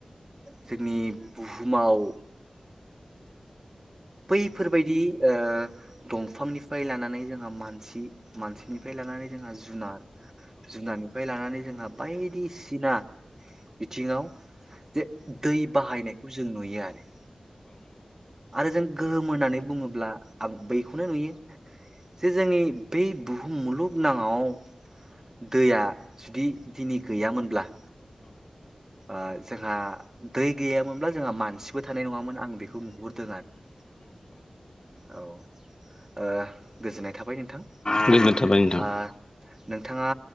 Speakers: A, on the right; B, on the left.
A: जोंनि बुहुमाव बैफोरबायदि ओ दंफांनिफ्राय लानानै जोंहा मानसि मानसिनिफ्राय लानानै जोंहा जुनार जुनारनिफ्राय लानानै जोंहा बायदिसिना बिथिङाव जे दै बाहायनायखौ जों नुयो आरो। आरो जों गोहोम होननानै बुङोब्ला आं बैखौनो नुयो जे जोंनि बै बुहुम मुलुग नाङाव दैया जुदि दिनै गैयामोनब्ला ओ जोंहा दै गैयामोनब्ला जोंहा मानसिबो थानाय नङामोन आं बेखौ नुहुरदों आरो औ ओ गोजोननाय थाबाय नोंथां।
B: गोजनो थाबायनो थां
A: ओ
B: <inaudible>
A: नोंथाङा